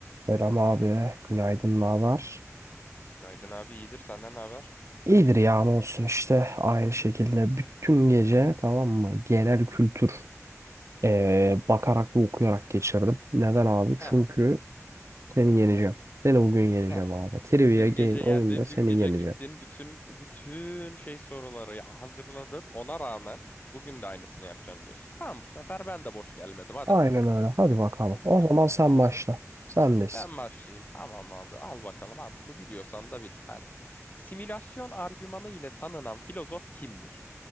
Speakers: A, on the right; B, on the left.
A: Selam abi, günaydın, ne var?
B: Günaydın abi iyidir senden ne haber?
A: İyidir ya ne olsun işte aynı şekilde bütün gece tamam mı genel kültür eee, bakarak ve okuyarak geçirdim. Neden abi?
B: Heh,
A: Çünkü seni yeneceğim.
B: heh,
A: Seni bugün yeneceğim
B: heh.
A: abi. Trivia
B: Dün
A: game
B: gece
A: oyunda
B: yendin,
A: seni
B: dün gece
A: yeneceğim.
B: gittin, bütün bütün şey soruları ya- hazırladın. Ona rağmen bugün de aynısını yapacağım diyorsun. Tamam bu sefer ben de boş gelmedim hadi.
A: Aynen öyle. Hadi bakalım.
B: Ah,
A: O
B: ah,
A: zaman
B: Hadi.
A: sen başla. Sendeyiz.
B: Ben başlayayım. Tamam abi al bakalım. Abi bunu biliyorsan da bil. Hadi. Simülasyon argümanı ile tanınan filozof kimdir?